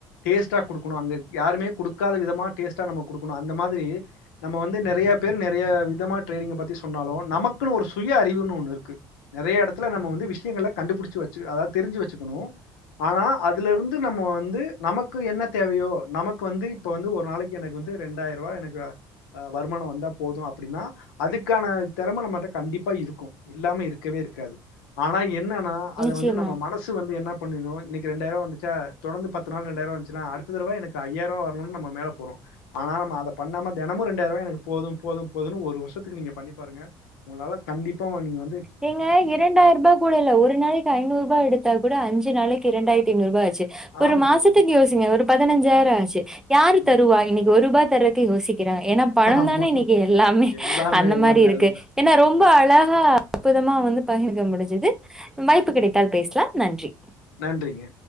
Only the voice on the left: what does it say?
டேஸ்டா குடுக்கணு அங்க யாருமே குடுக் க்காத விதமா டேஸ்ட்டாக நம்ம குடுக்கணு அந்த மாதிரி நம்ம வந்து நெறைய பேர் நெறைய விதமமா டிரேடிங் பத்தி சொன்னாலு நமக்குன்னு ஒரு சுய அறிவுன்னு ஒண்ணு இருக்கு நெறைய எடத்துல நம்ம வந்து விஷயங்கள கண்டுபிடிச்சு வச்சு அதாவது தெரிஞ்சு வச்சுக்கணு ஆனா அதுல இருந்து நம்ம வந்து நமக்கு என்ன தேவையோ நமக்கு வந்து இப்ப வந்து ஒரு நாளைக்கு எனக்கு வந்து ரெண்டாயர்ரூவா எனக்கு ஆ வருமானம் வந்தா போது அப்டின்னா அதுக்கான திறம நம்மட்ட கண்டிப்பா இருக்கும் இல்லாம இருக்கவே இருக்காது ஆனா என்ன னா அத
வந்து நம்ம மனசு வந்து என்ன பண்ணிரனு இன்னக்கி ரெண்டாயர்ரூவா வந்துச்சா தொடர்ந்து பத்து நாள் ரெண்டாயர்ரூவா வந்துச்சுனா அடுத்த தடவ எனக்கு ஐயாயர்ரூவா வர சொன்னவுன்னே நம்ம மேல போறோ ஆனா நம்ம அத பண்ணாம தெனமு ரெண்டாயர்ரூவா எனக்கு போது போது போதுன்னு ஒரு வருஷத்துக்கு நீங்க பண்ணிப் பாருங்க உங்களால கண்டிப்பா நீங்க வந்
ஆமாங்க.
ம்.
ஆமா.
எல்லாமே,
எல்லாமே.
அதுதான்.
ஆமா
நன்றிங்க